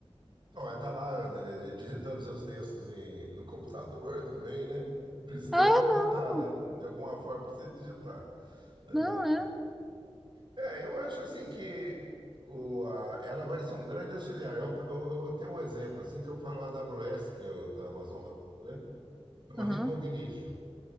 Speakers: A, on the right (about 45°); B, in the centre.
A: Ó, ela tá lá eh, digitando seus textos em- no computador <laughs> também, né? Precisa
B: É, não,
A: digitar, né? De alguma forma precisa digitar. né?
B: não
A: Mas
B: é.
A: é, é, eu acho assim que o, a- ela vai ser um grande auxiliar. Eu, eu, eu tenho um exemplo assim que eu falo a AWS, que é o da Amazon lá, né? Chama
B: Aham.
A: Recognition.